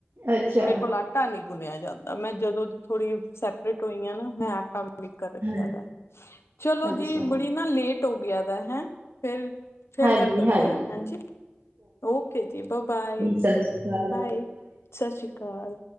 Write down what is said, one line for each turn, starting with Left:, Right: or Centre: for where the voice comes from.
Right: ਅੱਛਾ।
Left: ਮੇਰੇ ਕੋਲ ਆਟਾ ਨੀ ਗੁਣਿਆ ਜਾਂਦਾ। ਮੈਂ ਜਦੋਂ ਦੀ ਥੋੜ੍ਹੀ ਸੈਪਰੇਟ ਹੋਈ ਆ ਨਾ, ਮੈਂ ਆਟਾ ਮੇਕਰ ਰੱਖਿਆ
Right: ਹਾਂ
Left: ਦਾ। ਚਲੋ
Right: ਅੱਛਾ
Left: ਜੀ, ਬੜੀ ਨਾ ਲੇਟ ਹੋ ਗਿਆ ਦਾ, ਹੈ ਫਿਰ ਫਿਰ
Right: ਹਾਂਜੀ-ਹਾਂਜੀ
Left: ਗੱਲ ਕਰਦੇ ਹਾਂ। ਹਾਂਜੀ ਓਕੇ ਜੀ, ਬਬਏ
Right: ਸਤਿ ਸ਼੍ਰੀ ਅਕਾਲ
Left: ਬਾਏ, ਸਤਿ ਸ਼੍ਰੀ ਅਕਾਲ।